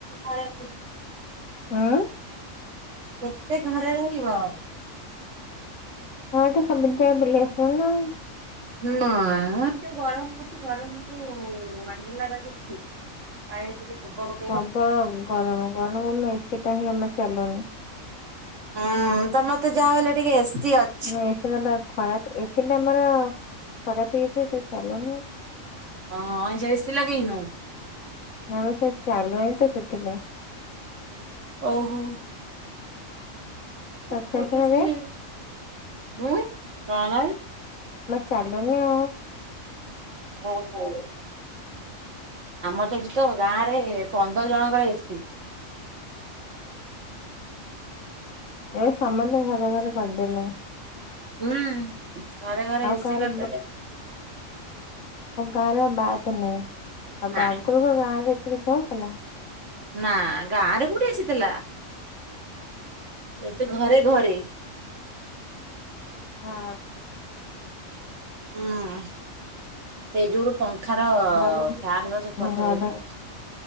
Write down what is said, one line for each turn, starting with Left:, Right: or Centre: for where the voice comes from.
Right: ଘରେ
Left: ହାଁ?
Right: କେତେ ଘରେ ରହିବ।
Left: ହଁ ଏଟା ସବୁ ଯାଗ ବୁଲି ଆସିବ ନା ଆଉ।
Right: ନାଇଁ ଯୋଉ ଗରମ ହୋଉଚି ଗରମକୁ ୱାଣ୍ଡଲାଟା ଠିକ୍। ଆ ଟିକେ <unintelligible>
Left: ହବ ଗରମ ଗରମରୁ ଆମ ଏସି ଟା ହିଁ ଜମ୍ହା ଚାଲୁନି।
Right: ହୁଁ ତ ମତେ ଯାହାହଲେ ଟିକେ ଏସି ଅ
Left: ନା ଏସି ଟା ବା ଖରାପ ଏସି ଟା ଆମର ଖରାପ ହେଇଯାଇଛି। ଯୋଉ ଚାଲୁନି।
Right: ହଁ ହଁ ଅଇଁ ଚା ଏସି ଲଗେଇନୁ?
Left: ନାମ ସେ ଚାଲୁନି ତ ସେଥିିପାଁଇ।
Right: ଓହୋ।
Left: <unintelligible>
Right: ଆମର
Left: ସେଜାମା
Right: ତ ସେଇ ଉଁ କଣ?
Left: ଚାଲୁନି ଆଉ।
Right: <unintelligible> ଆମର ତ ଏଠି ତ ଗାଁ ରେ ପନ୍ଦର ଜଣଙ୍କର ଏସି।
Left: ଏବେ ସମସ୍ତେ ଘରେ ଘରେ କରିଦେଲେଣି।
Right: ହୁଁ। ଘରେ ଘରେ
Left: ଆଉ
Right: ଏସି
Left: କାର
Right: କରିଦେଲେ।
Left: ଆଉ କାର ବାଦ ନାଇ। ଆଉ
Right: ନା
Left: ଗଗିକ ଗାଁ ରେ ଏତିକି ଅ ପଥିଲା।
Right: ନା ଗାଁ ରେ କୋଉଠି ଆସିଥିଲା ଏବେ ଘରେ ଘରେ
Left: ହଁ।
Right: ହୁଁ ସେଇ ଯୋ <unintelligible> ଏଖାର
Left: ଘରେ ଘରେ
Right: ଫାନ ର ସବୁ ପତ୍ର ଦେଖାାଯାଉଛି।